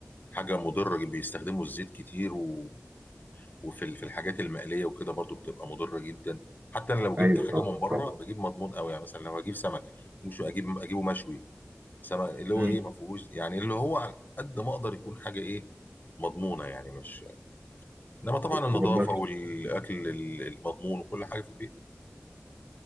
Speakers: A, on the left (about 40°); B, on the right (about 35°).
A: حاجه مضره بيستخدموا الزيت كتير و... وفي ال- في الحاجات المقليه وكده برضو بتبقى مضره جدا حتى انا لو جبت
B: ايوه
A: حاجه
B: طبعا
A: من بره
B: طبعا
A: بجيب مضمون قوي يعني مثلا لو هجيب سمك مش اجيب اجيبه مشوي سما اللي
B: مم.
A: هو ايه ما فيهوش يعني اللي هو على قد ما اقدر يكون حاجه ايه مضمونه يعني مش انما طبعا النظافه
B: والله
A: والاكل ال- المضمون وكل حاجه في البيت